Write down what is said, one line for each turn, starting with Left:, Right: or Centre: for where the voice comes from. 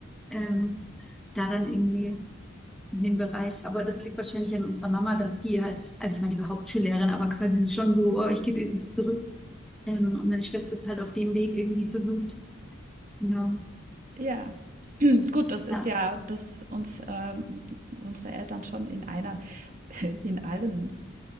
Centre: ähm, da dann irgendwie in dem Bereich. Aber das liegt wahrscheinlich an unserer Mama, dass die halt, also ich meine, die war Hauptschullehrerin, aber quasi so schon so, oh, ich gebe irgendwas zurück. Ähm, und meine Schwester ist halt auf dem Weg irgendwie versucht, Genau.
Right: Ja. Gut, das ist
Centre: Ja.
Right: ja, dass uns ähm, unsere Eltern schon in einer <laughs> in allen